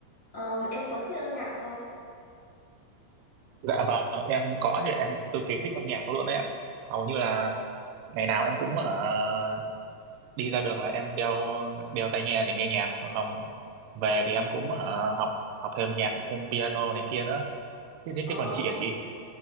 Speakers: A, on the left; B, on the right.
A: Ờm, em có thích âm nhạc không?
B: Dạ vâng, em có chứ em cực kỳ thích âm nhạc luôn đấy ạ. Hầu như là ngày nào em cũng uh, đi ra đường là em đeo đeo tai nghe để nghe nhạc, còn không về thì em cũng ờ, học học thêm nhạc, học thêm piano này kia nữa. Thế thế,
A: Ờ,
B: thế còn chị à chị?